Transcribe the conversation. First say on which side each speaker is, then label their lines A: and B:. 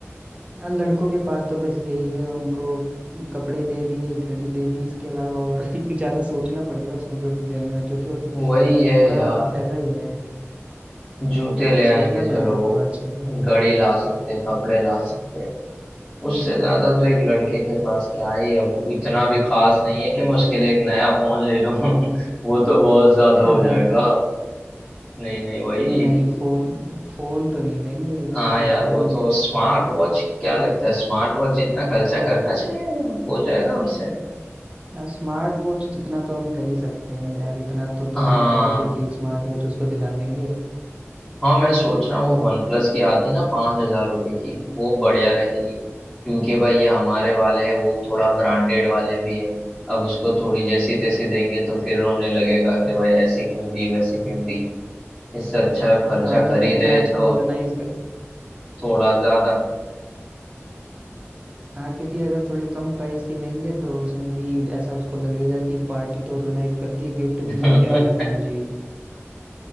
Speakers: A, on the right (about 25°); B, in the centre.
A: यार लड़कों के पास तो बस यही है उनको कपड़े दे दिए घड़ी दे दी इसके अलावा और <laughs> ज्यादा सोचना पड़ेगा उसको गिफ्ट देने में क्योंकि वो
B: वही
A: थोड़ा
B: है यार
A: ऐसा ही है
B: जूते ले आएंगे
A: सोचना
B: चलो
A: पड़ेगा पूरा अच्छे से
B: घड़ी ला सकते हैं कपड़े ला सकते हैं उससे ज्यादा तो एक लड़के के पास क्या ही है वो इतना भी खास नहीं है कि मैं उसके लिए एक नया फोन ले लूं <laughs> वो तो बहुत ज्यादा
A: <laughs>
B: हो जाएगा नहीं नहीं वही
A: नहीं फोन फोन तो नहीं लेंगे इतना
B: हाँ
A: तो
B: यार
A: नहीं करेंगे
B: वो तो स्मार्ट वॉच क्या लगता है स्मार्ट वॉच जितना खर्चा करना चाहिए वो हो जाएगा हमसे
A: हाँ, स्मार्ट वॉच जितना तो हम कर ही सकते हैं यार इतना तो दो
B: हाँ
A: तीन हजार रुपए की एक स्मार्ट वॉच उसको दिला देंगे
B: हाँ मैं सोच रहा हूँ वो वन प्लस की आती ना पाँच हजार रुपये की वो बढ़िया रहेगी क्योंकि भाई ये हमारे वाले हैं वो थोड़ा ब्रांडेड वाले भी है अब उसको थोड़ी जैसी तैसी देंगे तो फिर रोने लगेगा कि भाई ऐसी क्यों दी वैसी क्यों दी इससे अच्छा है, अब खर्चा
A: हाँ जब
B: कर ही
A: इतना
B: रहे
A: अच्छा
B: तो
A: ऑर्गेनाइज
B: थोड़ा ज्यादा
A: हाँ क्योंकि अगर थोड़ी कम प्राइस की लेंगे तो उसमें भी ऐसा उसको लगेगा कि पार्टी तो ऑर्गेनाइज कर दी गिफ्ट
B: <laughs>
A: में ये क्या दे दिया मुझे ये तो